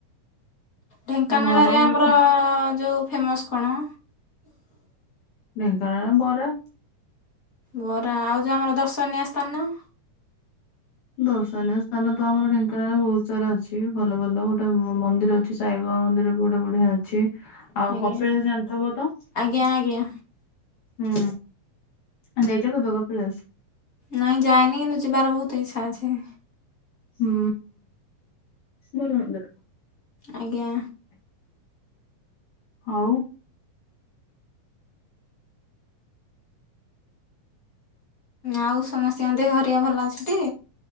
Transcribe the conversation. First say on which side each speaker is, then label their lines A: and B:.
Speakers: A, on the left (about 30°); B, on the left (about 70°).
A: ଢେଙ୍କାନାଳରେ
B: ଘର ହଉଛି
A: ଆମର ଯୋଉ ଫେମସ କଣ?
B: ଢେଙ୍କାନାଳରେ ବରା।
A: ବରା ଆଉ ଯୋଉ ଆମର ଦର୍ଶନୀୟ ସ୍ଥାନ?
B: ଦର୍ଶନୀୟ ସ୍ଥାନ ତ ଆମର ଢେଙ୍କାନାଳରେ ବହୁତ ସାରା ଅଛି ଭଲ ଭଲ ଗୋଟେ ମନ୍ଦିର ଅଛି ସାଇବା ମନ୍ଦିର ବି ଗୋଟେ ବଢିଆ ଅଛି। ଆଉ
A: ଆଜ୍ଞା
B: କପିଳାସ ଜାଣିଥବ ତ
A: ଆଜ୍ଞା ଆଜ୍ଞା।
B: ହୁଁ। ହୁ ଯାଇଛ କେବେ କପିଳାସ?
A: ନାଇଁ ଯାଇନି କିନ୍ତୁ ଯିବାର ବହୁତ ଇଛା ଅଛି।
B: ହୁଁ ଭଲ ହୁଅନ୍ତା ତ
A: ଆଜ୍ଞା
B: ହଉ
A: ଆଉ ସମସ୍ତଙ୍କ ଦେହ ହରିଘା ଭଲ ଅଛିଟି?